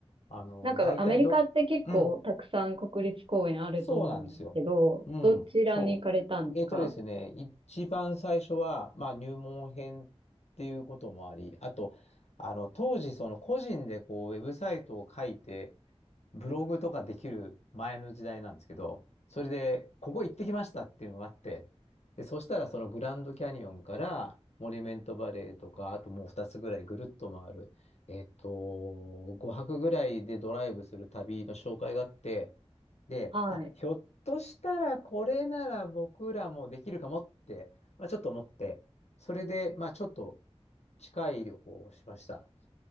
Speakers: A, on the left; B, on the right.
A: あの、
B: なんかアメリカって結構たくさん国立公園あると思うんですけど、
A: 大体ど、うん、そうなんですよ。うん、
B: どちらに行かれたんですか
A: そう。えっとですね、一番最初は、まあ、入門編っていうこともあり、あと、あの、当時、その個人でこう、ウェブサイトを書いて、ブログとかできる前の時代なんですけど、それで、ここ行ってきましたっていうのがあって、で、そしたらそのグランドキャニオンから、モニュメントバレーとか、あともう2つぐらいぐるっと回る、えっと、5泊ぐらいでドライブする旅の紹介があって、で、
B: はい。
A: あ、ひょっとしたらこれなら僕らもできるかもって、まあ、ちょっと思って、それで、まあ、ちょっと近い旅行をしました。